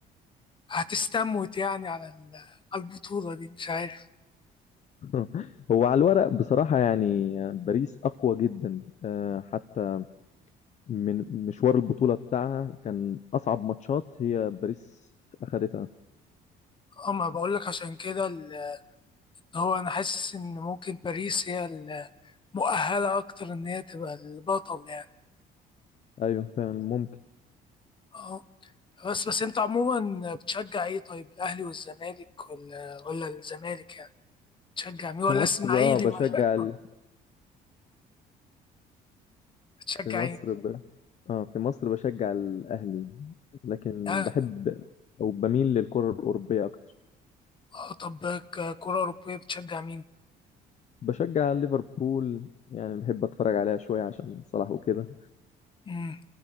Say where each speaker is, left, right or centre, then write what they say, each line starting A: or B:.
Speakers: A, on the left; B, on the left.
A: هتستموت يعني على ال- على البطولة دي مش عارف
B: <laughs> هو على الورق بصراحة يعني آه، باريس اقوى جدا آه، حتى من مشوار البطولة بتاعها كان اصعب ماتشات هي باريس اخدتها
A: اما بقول لك عشان كده ال- هو انا حاسس ان ممكن باريس هي المؤهلة اكتر ان هي تبقى البطل يعني
B: ايوه فعلا ممكن
A: اه بس بس انت عموما بتشجع ايه طيب الاهلي والزمالك ولا ولا الزمالك يعني بتشجع مين ولا
B: في مصر
A: اسماعيلي
B: اه بشجع
A: ولا
B: ال...
A: <laughs> بتشجع
B: في مصر
A: ايه
B: ب... اه في مصر بشجع الاهلي لكن
A: اهلي
B: بحب او بميل للكرة الاوروبية اكتر
A: اه طب ك- كرة اوروبية بتشجع مين
B: بشجع ليفربول يعني بحب اتفرج عليها شوية عشان صلاح وكده
A: امم